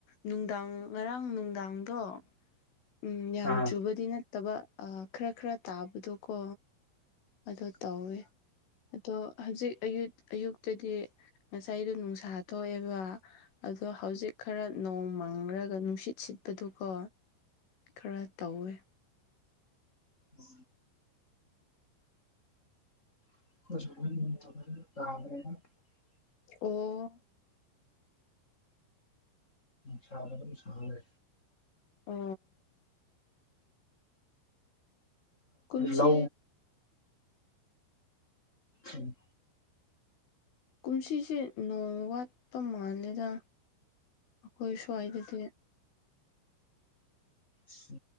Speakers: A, on the left; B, on the left.
A: ꯅꯨꯡꯗꯥꯡ ꯉꯔꯥꯡ ꯅꯨꯡꯗꯥꯡꯗꯣ ꯎꯝ ꯌꯥꯝ
B: ꯑꯥ
A: ꯆꯨꯕꯗꯤ ꯅꯠꯇꯕ ꯈꯔ ꯈꯔ ꯇꯥꯕꯗꯣ ꯀꯣ ꯑꯗꯨ ꯇꯧꯋꯦ ꯑꯗꯣ ꯍꯧꯖꯤꯛ ꯑꯌꯨ ꯑꯌꯨꯛ ꯑꯗꯨꯗꯤ ꯉꯁꯥꯏꯗꯣ ꯅꯨꯡꯁꯥ ꯊꯣꯛꯑꯦꯕ ꯑꯗꯣ ꯍꯧꯖꯤꯛ ꯈꯔ ꯅꯣꯡꯃ ꯐꯪꯈ꯭ꯔꯒ ꯅꯨꯡꯁꯤꯠ ꯁꯤꯠꯄꯗꯨꯀꯣ ꯈꯔ ꯇꯧꯋꯦ
B: ꯎꯝ ꯍꯔꯦ
A: ꯑꯣ
B: ꯆꯗ ꯑꯗꯨꯝ ꯁꯅꯦ
A: ꯑ ꯀꯨꯝꯁꯤ
B: ꯂ ꯎꯝ
A: ꯀꯨꯝꯁꯤꯁꯦ ꯅꯣꯡ ꯋꯥꯠꯄ ꯃꯥꯜꯂꯦꯗ ꯑꯩꯈꯣꯏ ꯁꯋꯥꯏꯗꯗꯤꯦ
B: ꯁꯨ